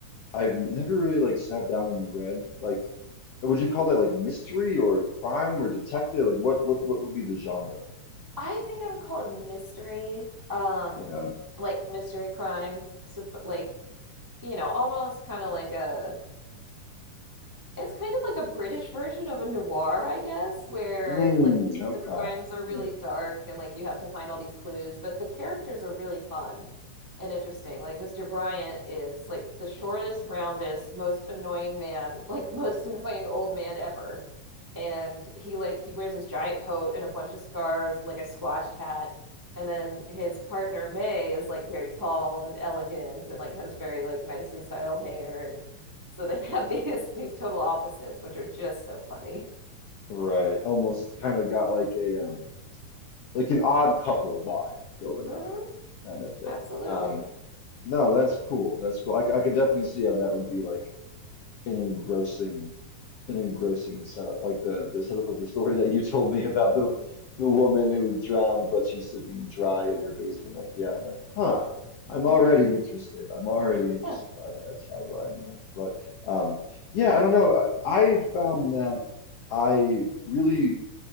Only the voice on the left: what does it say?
I've never really like sat down and read like would you call that like mystery or crime or detective? Like what what what would be the genre?
Yeah.
Mm,
okay.
Yeah.
Right. Almost kind of got like a um like an odd couple vibe going
on kind of thing.
Um, No, that's cool. That's cool. I, c- I could definitely see how that would be like an engrossing, an engrossing setup. Like the the setup of the story that you told me about
the the woman who was drowned, but she's sitting dry in her basement. Like, yeah, I'm like, huh. I'm
already interested. I'm already
interested by that tagline, you know. But um, yeah, I don't know. I, I found that I really